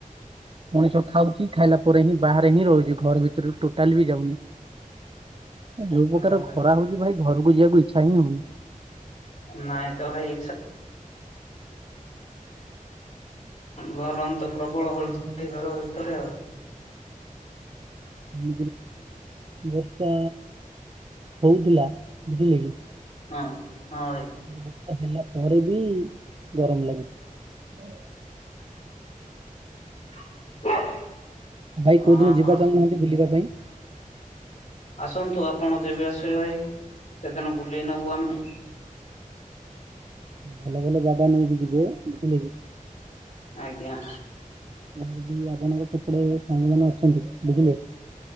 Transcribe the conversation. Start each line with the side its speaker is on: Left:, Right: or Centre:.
Right: ମଣିଷ ଖାଉଛି ଖାଇଲା ପରେ ହିଁ ବାହାରେ ହିଁ ରହୁଛି ଘର ଭି <unintelligible> ଟୋଟାଲି ବି ଯାଉନି ଯୋଉ
Left: ହଁ
Right: ପ୍ରକାର
Left: ଭାଇ
Right: କହିଲି ଭାଇ ଘରକୁ ଯିବାକୁ ଇଚ୍ଛା ହିଁ ହଉନି।
Left: ନାଇଁ ତ ଭାଇ ଇଚ୍ଛା ଗରମ ତ ପ୍ରବଳ ହଉଛି
Right: କାହିଁକି କହିଲେ
Left: ଘର ଭିତରେ ଆଉ।
Right: <unintelligible> ବର୍ଷା ହଉଥିଲା ବୁଝିଲେ କି।
Left: ହଁ, ହଁ ଭାଇ
Right: ବର୍ଷା ହେଲା ପରେ ବି ଗରମ ଲାଗୁଛି।
Left: <inaudible>
Right: ଭାଇ କୋଉ
Left: ହଁ
Right: ଦିନ ଯିବା
Left: ହଁ।
Right: ଚାଲୁନାହାନ୍ତି ବୁଲିବା ପାଇଁ।
Left: ଆସନ୍ତୁ ଆପଣ ଯେବେ ଆସିବେ ଭାଇ ସେଦିନ ବୁଲେଇ ନବୁ ଆମେ ହଁ ଉଁ।
Right: ଭଲ ଭଲ ଜାଗା ନେଇକି ଯିବେ ବୁଝିଲେ କି।
Left: ଆଜ୍ଞା।
Right: ମୋର ବି ଆପଣଙ୍କ ସେପଟେ ସାଙ୍ଗ ମାନେ ଅଛନ୍ତି ବୁଝିଲେ।